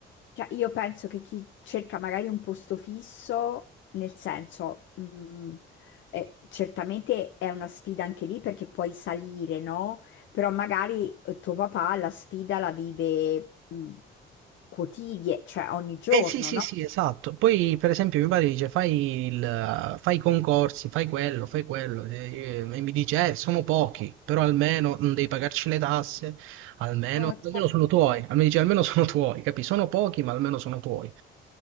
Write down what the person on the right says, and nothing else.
Eh sì, sì,
sì, esatto. Poi, per esempio, mio padre dice: fai, il, fai i concorsi, fai quello, fai quello. E e mi dice: eh, sono pochi, però almeno non devi pagarci le tasse, almeno,
almeno
sono tuoi. Almeno, dice, almeno sono tuoi, capi? Sono pochi, ma almeno sono tuoi.